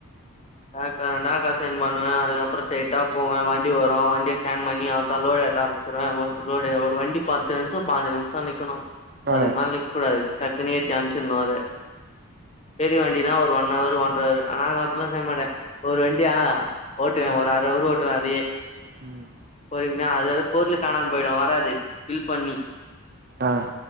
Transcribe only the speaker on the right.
ஆ
ம்
ஆஹ்ன்